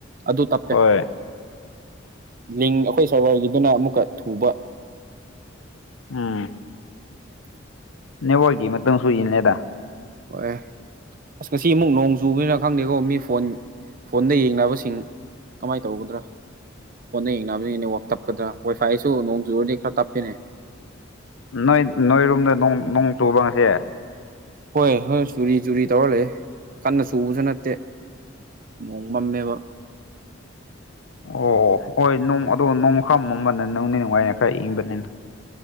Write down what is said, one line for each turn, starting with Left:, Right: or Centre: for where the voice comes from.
Right: ꯑꯗꯨ ꯇꯞꯀꯦ꯫
Left: ꯍꯣꯏ
Right: ꯂꯤꯡ ꯑꯩꯈꯣꯏ ꯁꯔꯕꯥꯔꯒꯤꯗꯨꯅ ꯑꯃꯨꯛꯀ ꯊꯨꯕ꯫
Left: ꯎꯝ꯫
Right: <inaudible>
Left: ꯅꯦꯠꯋꯥꯛꯒꯤ ꯃꯇꯨꯡꯁꯨ ꯏꯟꯂꯤꯗ꯫
Right: ꯍꯣꯏꯌꯦ꯫ ꯑꯁ ꯉꯁꯤ ꯑꯃꯨꯛ ꯅꯣꯡ ꯆꯨꯕꯅꯤꯅ ꯈꯪꯗꯦꯀꯣ ꯃꯤ ꯐꯣꯟ ꯐꯣꯟꯗ ꯌꯦꯡꯅꯕꯁꯤꯡ꯫ ꯀꯃꯥꯏꯅ ꯇꯧꯒꯗ꯭ꯔꯥ꯫ ꯍꯣꯟꯟꯅ ꯌꯦꯡꯅꯕꯁꯤꯡꯅꯦ ꯋꯥꯛ ꯇꯞꯀꯗ꯭ꯔꯥ ꯋꯥꯏꯐꯥꯏꯁꯨ ꯅꯣꯡ ꯆꯨꯨꯔꯗꯤ ꯈꯔ ꯇꯞꯄꯤꯅꯦ꯫
Left: ꯅꯣꯏ ꯅꯣꯏꯔꯨꯝꯗ ꯅꯣꯡ ꯅꯣꯡ ꯆꯨꯕ ꯉꯁꯤ꯫
Right: ꯍꯣꯏ ꯍꯣꯏ ꯆꯨꯔꯤ ꯆꯨꯔꯤ ꯇꯧꯔ ꯂꯩꯌꯦ ꯀꯟꯅ ꯆꯨꯕꯁꯨ ꯅꯠꯇꯦ꯫ ꯅꯣꯡꯃꯝꯃꯦꯕ꯫
Left: ꯑꯣ ꯍꯣꯏ ꯅꯣꯡ ꯑꯗꯣ ꯅꯣꯡꯃ ꯈꯔ ꯃꯝꯕꯅ ꯅꯨꯡꯗꯤ ꯅꯨꯡꯉꯥꯏ ꯈꯔ ꯏꯪꯕꯅꯤꯅ꯫